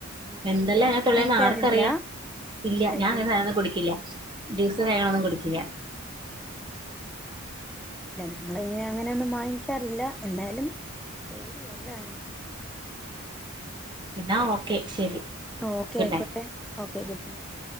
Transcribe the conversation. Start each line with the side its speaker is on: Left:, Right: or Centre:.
Centre: ജ്യൂസൊന്നും
Right: എന്തെല്ലാ
Centre: അങ്ങനെ
Right: അയിനാത്ത്
Centre: വാങ്ങിക്കാറില്ല
Right: ഇള്ളേന്ന് ആർക്ക് അറിയാ ഇല്ലാ
Centre: അല്ല
Right: ഞാൻ
Centre: ജ്യൂ
Right: അങ്ങനത്തെ സാനം ഒന്നും കുടിക്കില്ല ജ്യൂസ്‌
Centre: ഉം
Right: കാര്യങ്ങൾ
Centre: ഉം
Right: ഒന്നും കുടിക്കില്ല
Centre: അല്ല നമ്മളെ ഇങ്ങനെ അങ്ങനെ ഒന്നും വാങ്ങിക്കാറില്ല എന്നാലും പേടിയാ അല്ലേ.
Right: എന്നാ ഓക്കേ ശരി
Centre: ഓക്കേ
Right: ഗുഡ്
Centre: ആയിക്കോട്ടേ
Right: നൈറ്റ്
Centre: ഒക്കെ ഗുഡ് നൈറ്റ്‌.